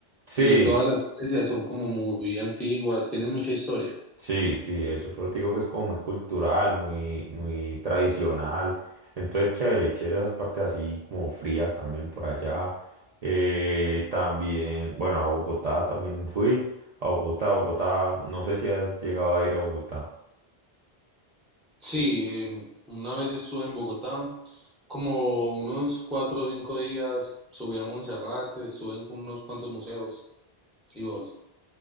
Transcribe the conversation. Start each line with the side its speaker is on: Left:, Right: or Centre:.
Right: Sí,
Centre: y todas las iglesias son como muy antiguas, tienen mucha historia.
Right: sí, sí, eso, pero te digo que es como muy cultural, muy, muy tradicional. Entonces, chévere, chévere esas partes así como frías también por allá. Eh, también, bueno, a Bogotá también fui. A Bogotá, Bogotá, no sé si has llegado a ir a Bogotá.
Centre: Sí, em, una vez estuve en Bogotá, como unos cuatro o cinco días, subí a Montserrat, estuve en unos cuantos museos. ¿Y vos?